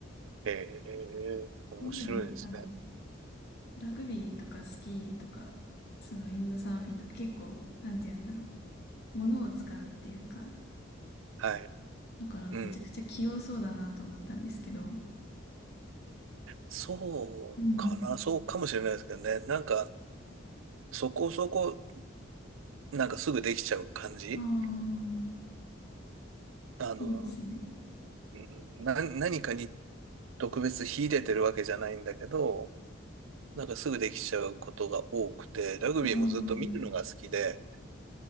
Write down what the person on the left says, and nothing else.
<laughs>
え、でも、あの、ラグビーとかスキーとか、そのウィンドサーフィンとか結構、なんて言うんだろう。物を使うっていうか、
だからめちゃくちゃ器用そうだなと思ったんですけど、
うん。
ああ、
いいですね。
ああ、